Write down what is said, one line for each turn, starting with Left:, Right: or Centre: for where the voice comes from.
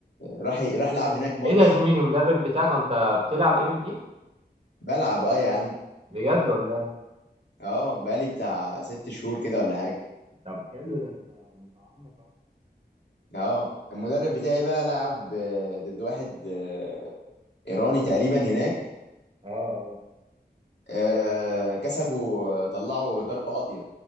Left: راح راح لعب هناك ماتش
Right: ايه ده يا زميلي المدرب بتاعك وانت بتلعب ام ام ايه
Left: بلعب اه يا عم
Right: بجد والله
Left: اه بقالي بتاع ست شهور كده ولا حاجه
Right: طب حلو ده انت متعمق اصلا
Left: اه المدرب بتاعي بقى لعب آه، ضد واحد آه، ايراني تقريبا هناك
Right: اه اه
Left: آه، كسبوا طلعوا ضربه قاضيه